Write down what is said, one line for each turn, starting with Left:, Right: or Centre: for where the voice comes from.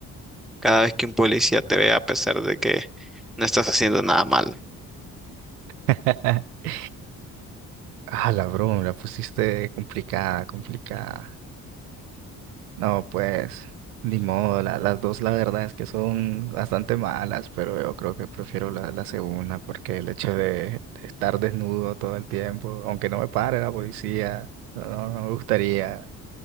Centre: cada vez que un policía te vea a pesar de que no estás haciendo nada malo?
Right: <laughs> Ah, la broma, la pusiste complicada, complicada. No, pues, ni modo, la- las dos la verdad es que son bastante malas, pero yo creo que prefiero la, la segunda porque el hecho de, de estar desnudo todo el tiempo, aunque no me pare la policía, no, no no me gustaría.